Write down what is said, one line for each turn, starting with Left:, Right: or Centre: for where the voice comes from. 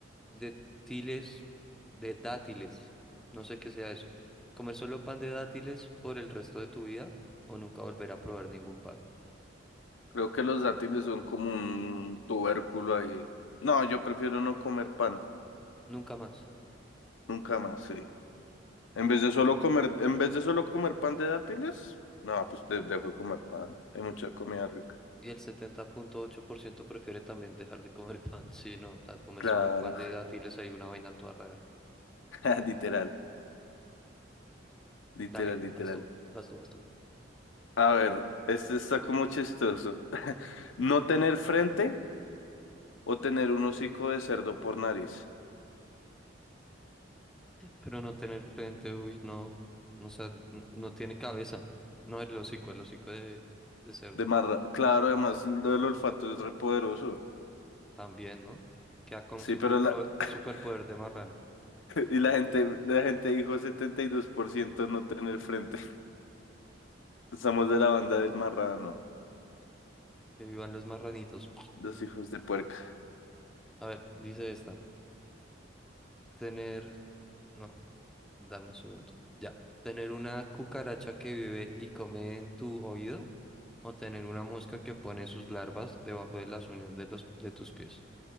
Centre: de tiles, de dátiles. No sé qué sea eso. Comer solo pan de dátiles por el resto de tu vida o nunca volver a probar ningún pan.
Left: Creo que los dátiles son como un tubérculo ahí. No, yo prefiero no comer pan,
Centre: Nunca más.
Left: nunca más, sí. En vez
Centre: Ok.
Left: de solo comer, en vez de solo comer pan de dátiles, no, pues de- dejo de comer pan. Hay mucha comida rica.
Centre: Y el setenta punto ocho por ciento prefiere también dejar de comer <laughs> pan, sí, no, o sea, comer
Left: Claro,
Centre: solo pan de dátiles, hay una vaina toda rara.
Left: <laughs> literal, literal,
Centre: Dale,
Left: literal.
Centre: vas tú, vas tú, vas tú.
Left: A ver, este está como chistoso. No tener frente o tener un hocico de cerdo por nariz.
Centre: Pero no tener frente, uy, no, o sea, n- no tiene cabeza. No, el hocico, el hocico de, de cerdo,
Left: De marra- Claro, además lo del olfato es repoderoso.
Centre: también, ¿no? Queda con
Left: Sí,
Centre: un super
Left: pero la
Centre: pro-
Left: <laughs>
Centre: superpoder de marrano.
Left: y la gente, la gente dijo 72% no tener frente. <laughs> Estamos de la banda del marrano,
Centre: Que vivan los marranitos.
Left: los hijos de puerca.
Centre: A ver, dice esta. Tener, no, dame un segundo. Ya, tener una cucaracha que vive y come en tu oído o tener una mosca que pone sus larvas debajo de las uñas de los de tus pies.